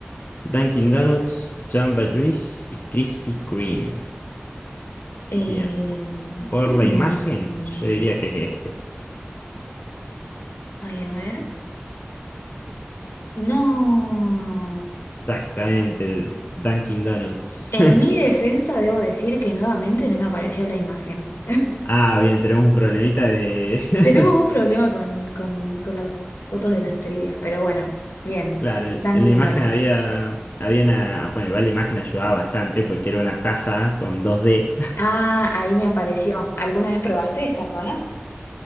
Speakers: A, on the left; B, on the left.
A: Dunkin' Donuts, Jamba Juice y Krispy Kreme.
B: Eh,
A: Bien, por
B: mm,
A: la imagen, yo diría que es este.
B: ay, a ver. No.
A: Exactamente, el Dunkin' Donuts.
B: En
A: <laughs>
B: mi defensa debo decir que nuevamente no me apareció la imagen. <laughs>
A: Ah, bien, tenemos un problemita de...
B: Tenemos un problema
A: <laughs>
B: con, con, con las fotos de las trivias, pero bueno, bien.
A: Claro, en
B: Dunkin'
A: en la imagen
B: Donuts.
A: había, había una... Bueno, igual la imagen ayudaba bastante porque era una taza con dos d
B: Ah, ahí me apareció. ¿Alguna vez probaste estas donas?